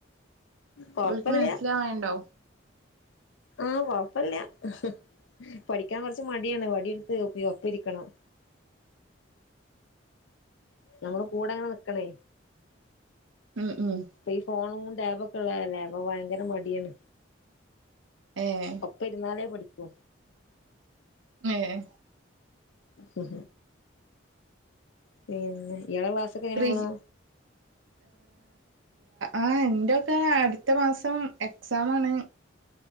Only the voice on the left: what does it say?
കൊഴപ്പില്ല
ആഹ് കൊഴപുല്ല ഹ പഠിക്കാൻ കൊറച്ചു മടിയാണ് വടി ഒപ്പരിക്കണം നമ്മള് കൂടെങ്ങനെ നിക്കണേ
ഇ ഈ ഫോണ ടാബഒക്കെ ഒള്ളല്ലേ അപ്പൊ ഭയങ്കര മടിയാണ്
ഒപ്പ ഇരുന്നാലേ പടി ഓ
ഉ പിന്നെ ഇയാള ക്ലാസ്ഒക്കെ എങ്ങനെ
പോണൂ